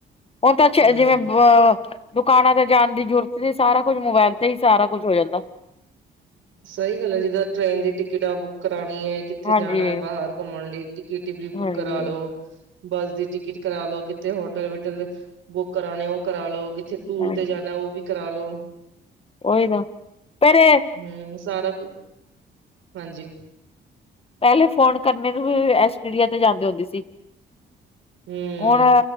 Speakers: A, on the left; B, on the right.
A: ਉਹ ਤਾਂ ਅੱਛਾ
B: ਹਮ
A: ਜਿਵੇ ਬ ਦੁਕਾਨਾਂ ਤੇ ਜਾਣ ਦੀ ਜ਼ਰੂਰਤ ਨਹੀਂ ਸਾਰਾ ਕੁਝ ਮੋਬਾਇਲ ਤੇ ਹੀ ਸਾਰਾ ਕੁੱਛ ਹੋ ਜਾਂਦਾ।
B: ਸਹੀ ਗੱਲ ਹੈ ਜਿੱਦਾਂ ਟ੍ਰੇਨ ਦੀ ਟਿਕਟਾਂ ਬੁੱਕ ਕਰਾਣੀ ਏ ਇੱਥੇ
A: ਹਾਂਜੀ,
B: ਜਾਣਾ ਹੈ ਬਾਹਰ ਘੁੰਮਣ ਲਈ ਟਿਕਟ ਵੀ
A: ਹਾਂਜੀ
B: ਬੁੱਕ ਕਰਾ ਲੋ। ਬੱਸ ਦੀ ਟਿਕਟ ਕਰਾ ਲੋੋ ਕਿਤੇ ਹੋਟਲ ਵਟਲ ਬੁੱਕ ਕਰਾਣੇ ਉਹ ਕਰਾਲੋ। ਕਿੱਥੇ ਟੂਰ
A: ਹਾਂਜੀ
B: ਤੇ ਜਾਣਾ ਉਹ ਵੀ ਕਰਾਲੋ।
A: ਉਹੀ ਤਾਂ, ਪਰ ਇਹ
B: ਹੂੰ ਸਾਰਾ ਕੁ, ਹਾਂਜੀ।
A: ਪਹਿਲੇ ਫੋਨ ਕਰਨੇ ਤੋਂ ਐਸ ਟੀਡੀਆ ਤੇ ਜਾਂਦੇ ਹੁੰਦੇ ਸੀ।
B: <inaudible> ਹੂੰ,
A: ਹੁਣ